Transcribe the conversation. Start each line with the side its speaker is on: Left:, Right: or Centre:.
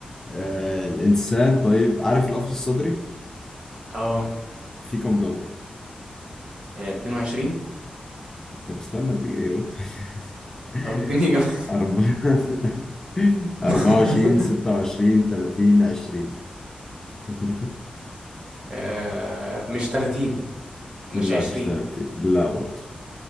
Left: آه الإنسان طيب عارف القفص الصدري
Right: اه
Left: فيه كام دولار؟
Right: 22
Left: طب استنى أديك إجابات <laughs>
Right: طب اديني إجابة
Left: أربعة <laughs> أربعة
Right: <laughs>
Left: وعشرين ستة وعشرين تلاتين عشرين <laughs>
Right: آه مش 30 مش
Left: لا
Right: 20
Left: مش تلاتين لا برضه